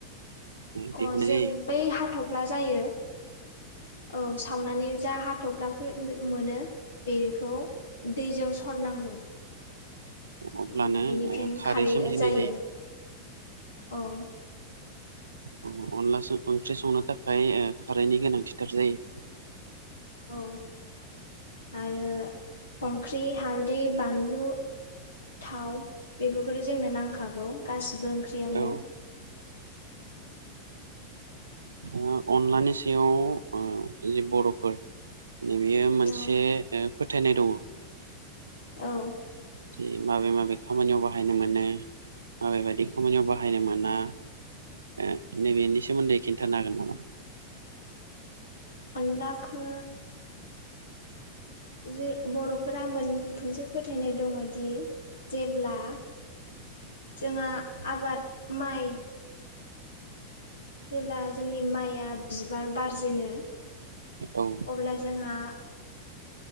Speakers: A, on the right; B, on the left.
A: दिहुननाय
B: अ जे बै हाथ'फ्ला जायो औ सावनानै जा हाथ'फ्ला फो मो-मोनो। बेखौ दैजों सरनांगौ।
A: अब्लानो
B: उम बिनिफ्रायनो
A: ओ खारै
B: खारैआ
A: सोमजिनाय
B: जायो औ।
A: अ अनला स ओंख्रि संनो थाखाय ओ खारैनि गोनांथिथार जायो।
B: औ आरो संख्रि, हालदै, बानलु थाव बेफोरखौथ' जोंनो नांखागौ गासिबो ओंख्रियावनो।
A: औ
B: उम।
A: ओ अनलानि सायाव ओ जे बर'फोर नैबेयो मोनसे
B: औ
A: ओ फोथायनाय दङ'।
B: औ।
A: जि माबे माबे खामानियाव बाहायनो मोनो। माबे बायदि खामानियाव बाहायनो मोना ओ नैबेनि सोमोन्दै खिन्थानो हागोन नामा?
B: अनलाखो जो बर'फोरा मोनसे फोथायनाय दङ'दि जेब्ला जोंहा आबाद माइ जेब्ला जोंनि माइया बिबार बारजेनो
A: औ।
B: अब्ला जोंहा